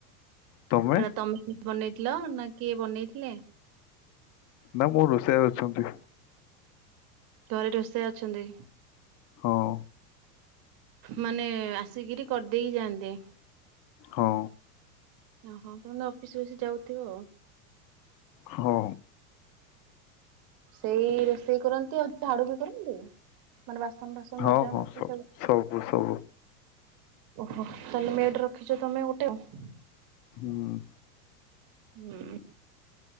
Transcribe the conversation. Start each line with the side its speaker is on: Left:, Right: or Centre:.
Left: ତମେ
Right: ସେଟା ତମେ ବନେଇଥିଲ ନା କିଏ ବନେଇଥିଲେ?
Left: ନା ମୋ ରୋଷେଇଆ ଅଛନ୍ତି।
Right: ତାହେଲେ ରୋଷେଇଆ ଅଛନ୍ତି।
Left: ହଁ।
Right: ମାନେ ଆସିକିରି କରିଦେଇକି ଯାଆନ୍ତି।
Left: ହଁ।
Right: ଅ ହଁ। ତମେ ଅଫିସ ଫପିସ୍ ଯାଉଥିବ।
Left: ହଁ।
Right: ସେଇ ରୋଷେଇ କରନ୍ତି ଆଉ ଝାଡୁ ବି କରନ୍ତି? ମାନେ ବାସନ ଫାସନ
Left: ହଁ
Right: ମଜା
Left: ହଁ
Right: ମଜି
Left: ସ
Right: ସବୁ
Left: ସବୁ
Right: ଓହୋ ତାହେଲେ ମେଡ ରଖିଛ ତମେ ଗୋଟେ ଆଉ?
Left: ହୁଁ।
Right: ହୁଁ।